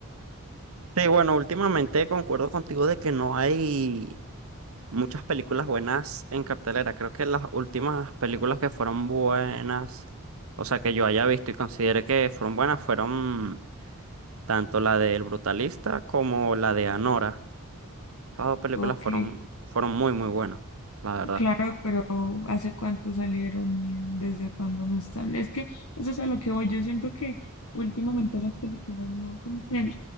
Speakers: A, on the right (about 75°); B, on the left (about 80°).
A: Sí, bueno, últimamente concuerdo contigo de que no hay muchas películas buenas en cartelera. Creo que las últimas películas que fueron buenas, o sea, que yo haya visto y considere que fueron buenas, fueron tanto la de El Brutalista como la de Anora. Estas dos películas
B: Ok.
A: fueron, fueron muy, muy buenas, la verdad.
B: Claro, pero ¿hace cuánto salieron y desde cuándo no están? Es que eso es a lo que voy. Yo siento que últimamente las películas no, como que,